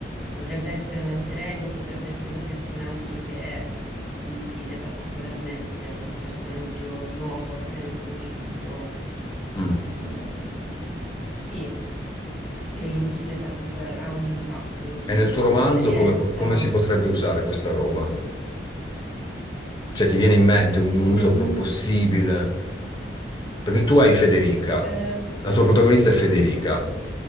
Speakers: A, in the centre; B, on the left.
A: potrebbe essere un alter ego, potrebbe essere un personaggio che è, mm, incide particolarmente, un personaggio nuovo, appena conosciuto
B: mm.
A: ehm, sì, che incide particolare, ha un impatto sulla
B: E nel tuo
A: sua
B: romanzo
A: esperienza.
B: come come si potrebbe usare questa roba? Cioè, ti viene in mente un, un
A: Nel
B: uso pro-
A: mio,
B: possibile? Perché tu hai Federica,
A: ehm,
B: la tua protagonista è Federica.